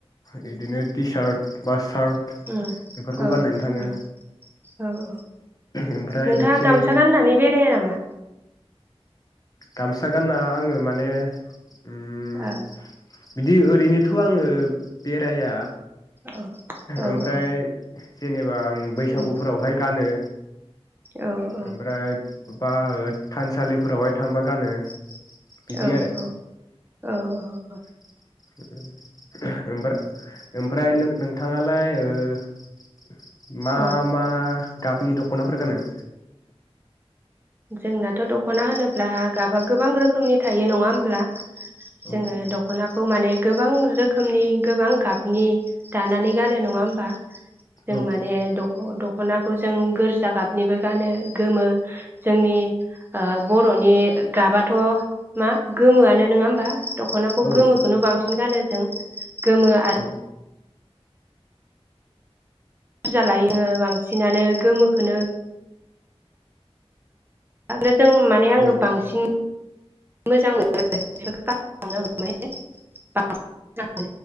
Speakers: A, on the left; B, on the right.
A: बिदिनो टि सार्ट बा सार्ट।
B: उम
A: बेफोरखौ
B: औ-औ-औ-औ
A: गाननानै थाङो ओमफ्राय
B: नोंथाङा
A: बिथिं
B: गामसा गाननानै बेराया नामा
A: गामसा गानना आङो माने उम
B: ओह
A: बिदि ओरैनोथ' आङो बेराया
B: औ औ
A: ओमफ्राय।
B: औ
A: जेनेब बा आं बैसागुफोरावहाय
B: उम
A: गानो।
B: औ औ
A: ओमफ्राय बा थानसालिफोरावहाय थांबा गानो।
B: औ औ
A: बिदि आरो
B: औ औ। <inaudible>
A: ओमफ्राय ओमफ्राय नोंथाङालाय ओ <inaudible> मा
B: औ
A: मा। गाबनि दखनाफोर गानो।
B: जोंनाथ' दखना होनोब्ला गाबा गोबां रोखोमनि थायो नङा होमब्ला
A: औ
B: जोङो दखनाखौ खौ माने गोबां रोखोमनि गोबां गाबनि दानानै गानो नङा होमबा जों
A: औ
B: माने द द'खना खौ जों गोरजा गाबनिबो गानो गोमो जोंनि ओ बरनि गाबाथ मा गोमोआनो नङा होमबा दखनाखौ
A: औ
B: गोमोखौनो बांसिन गानो जों गोमो आरो
A: औ
B: बुरजा लायोनो बांसिनानो गोमोखौनो <unintelligible> आरो जों माने आङो
A: औ
B: बांसिन मोजां मोनो